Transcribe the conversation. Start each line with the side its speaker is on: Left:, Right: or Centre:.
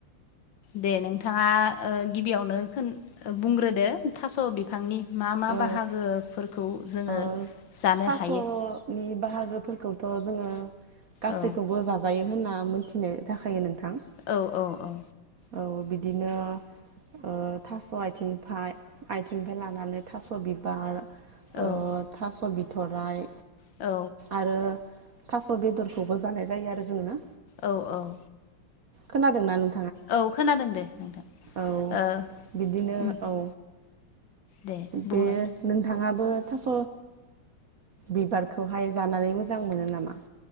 Left: दे नोंथाङा ओ गिबियावनो खोन ओ बुंग्रोदो थास' बिफांनि मा मा
Right: औ
Left: बाहागोफोरखौ जोङो
Right: ओ
Left: जानो
Right: थास'नि
Left: हायो
Right: बाहागोफोरखौथ' जोङो गासैखौबो
Left: औ
Right: जाजायो होनना मिथिनाय जाखायायो नोंथां।
Left: औ औ औ।
Right: औ बिदिनो ओ थास' आइथिं आथिंइनिफाय लानानै थास' बिबार
Left: औ
Right: ओ थास' बिथ'राइ
Left: औ
Right: आरो थास' बेदरखौबो जानाय जायो आरो जोङो।
Left: औ औ
Right: खोनादोंना नों
Left: औ खोनादों दे नोंथां।
Right: औ
Left: ओ
Right: बिदिनो
Left: उम
Right: औ।
Left: दे बुंलाय
Right: बे नोंथाङा बो थास' बिबारखौहाय जानानै मोजां मोनो नामा?